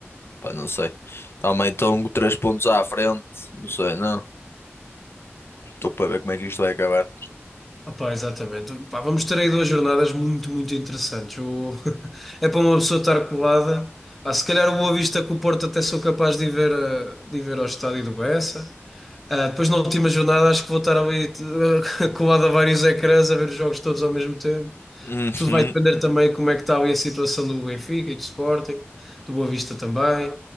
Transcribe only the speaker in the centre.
Ah, pá, exatamente. Pá, vamos ter aí duas jornadas muito, muito interessantes. O- <laughs> É para uma pessoa estar colada. Ah, se calhar o Boa Vista com o Porto até sou capaz de ir ver, ah, de ir ver ao estádio do Bessa. Ah, depois na última jornada acho que vou estar ali eh, <laughs> colado a vários ecrãs a ver os jogos todos ao mesmo tempo.
Tudo vai depender também como é que está ali a situação do Benfica e do Sporting, do Boa Vista também.